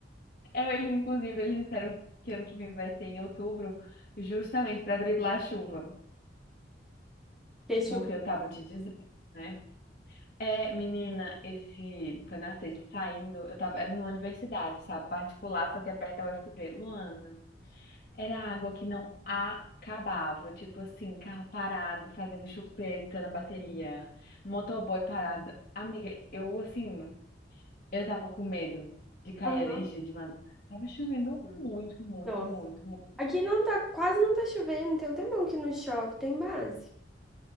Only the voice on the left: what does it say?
É, eles, inclusive, eles disseram que ano que vem vai ser em outubro, justamente para driblar a chuva,
porque eu tava te dizendo, né? É, menina, esse foi na sexta, saindo, eu tava, era numa universidade, sabe, particular, só que é perto da UFB, Luana. Era água que não acabava, tipo assim, carro parado, fazendo chupeta na bateria, motoboy parado. Amiga, eu assim, eu tava com medo de cair
energia de madrugada. Tava chovendo muito, muito,
muito, muito.